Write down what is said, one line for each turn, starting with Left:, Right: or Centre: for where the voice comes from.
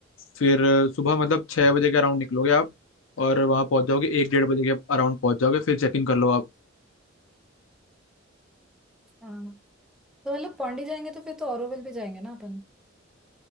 Left: फिर सुबह मतलब छः बजे के अराउंड निकलोगे आप और वहाँ पहुँच जाओगे एक डेढ़ बजे के अराउंड पहुँच जाओगे फिर चेक इन कर लो आप
Centre: हाँ तो मतलब पौंडी जाएंगे तो फिर तो ऑरोविल भी जाएंगे ना अपन